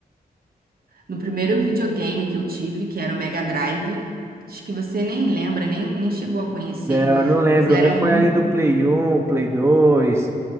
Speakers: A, on the right (about 60°); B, on the right (about 15°).
A: do primeiro videogame que eu tive, que era o Mega Drive. Acho que você nem lembra, nem, nem chegou a conhecer.
B: É, Eu não lembro,
A: Mas era
B: o meu foi
A: um
B: ali do Play 1, Play 2.